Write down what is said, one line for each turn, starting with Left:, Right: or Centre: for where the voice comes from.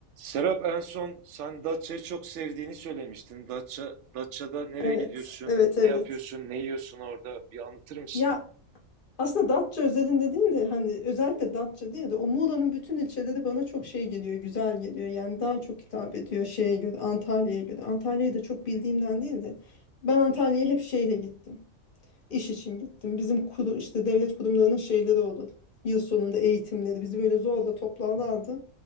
Right: Serap en son sen Datça'yı çok sevdiğini söylemiştin. Datça, Datça'da nereye
Left: Evet,
Right: gidiyorsun,
Left: evet,
Right: ne
Left: evet.
Right: yapıyorsun, ne yiyorsun orada bir anlatır mısın?
Left: Ya aslında Datça özelinde değil de hani özellikle Datça değil de o Muğla'nın bütün ilçeleri bana çok şey geliyor, güzel geliyor. Yani daha çok hitap ediyor şeye göre, Antalya'ya göre. Antalya'yı da çok bildiğimden değil de ben Antalya'ya hep şeyle gittim. İş için gittim. Bizim kuru, işte devlet kurumlarının şeyleri olur. Yıl sonunda eğitimleri bizi böyle zorla toplarlardı.